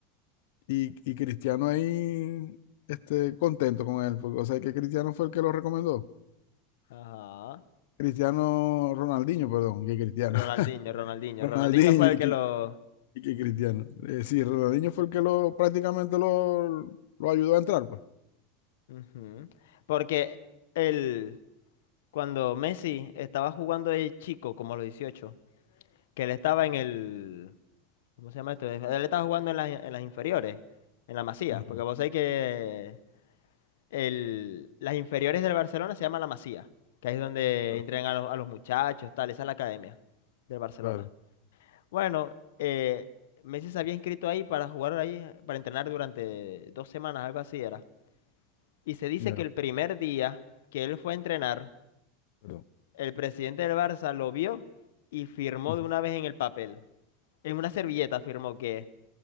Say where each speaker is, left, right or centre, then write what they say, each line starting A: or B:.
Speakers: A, on the left (about 65°); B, on the left (about 85°).
A: y, y Cristiano ahí, este, contento con él. Porque, o sea, que Cristiano fue el que lo recomendó.
B: Ajá.
A: Cristiano, Ronaldinho, perdón, que Cristiano.
B: Ronaldinho,
A: <laughs>
B: Ronaldinho.
A: Ronaldinho
B: Ronaldinho fue el
A: y
B: que
A: que,
B: lo.
A: y que Cristiano. Eh, sí, Ronaldinho fue el que lo prácticamente lo, lo ayudó a entrar, pues.
B: Ujú. Porque el, cuando Messi estaba jugando de chico, como a los dieciocho que él estaba en el, ¿cómo se llama esto? Él estaba jugando en las, en las inferiores, en la Masía,
A: Ujú,
B: porque vos sabés que el, las inferiores del Barcelona se llama la Masía, que ahí es donde
A: Claro,
B: entrenan a los, a los muchachos, tal, esa es la academia del Barcelona.
A: claro,
B: Bueno, eh, Messi se había inscrito ahí para jugar ahí, para entrenar durante dos semanas, algo así era. Y se dice
A: ya,
B: que el primer día que él fue a entrenar,
A: perdón.
B: El presidente del Barça lo vio y firmó
A: Ujú,
B: de una vez en el papel. En una servilleta firmó que,